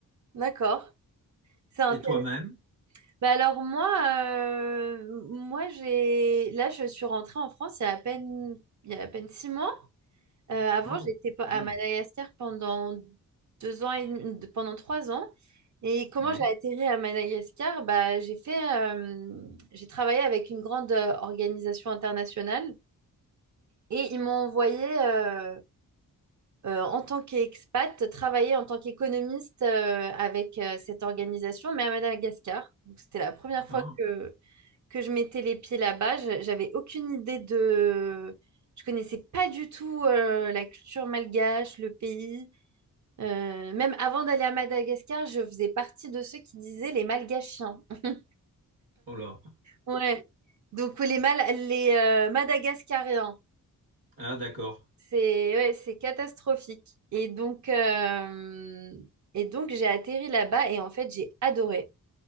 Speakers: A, on the right; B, on the right.
A: d'accord. C'est intéressant.
B: Et toi-même?
A: Bah alors moi, euh, moi j'ai... Là, je suis rentrée en France il y a à peine, il y a à peine six mois. Euh, avant,
B: Ah
A: j'étais pe- à
B: hmm,
A: Madagascar pendant deux ans et demi- de- pendant trois ans. Et comment
B: oui.
A: j'ai atterri à Madagascar? Bah, j'ai fait, euh, j'ai travaillé avec une grande euh, organisation internationale et ils m'ont envoyé euh, euh, en tant qu'expat, travailler en tant qu'économiste euh, avec euh, cette organisation, mais à Madagascar. Donc, c'était la première
B: Ah,
A: fois que, que je mettais les pieds là-bas. Je- J'avais aucune idée de... Je connaissais pas du tout euh, la culture malgache, le pays. Euh, même avant d'aller à Madagascar, je faisais partie de ceux qui disaient les malgachiens. <laughs>
B: oh là.
A: Ouais. Donc les, mal les euh, Madagascariens.
B: Ah, d'accord.
A: C'est ouais, c'est catastrophique. Et donc, euh, et donc j'ai atterri là-bas et en fait, j'ai adoré.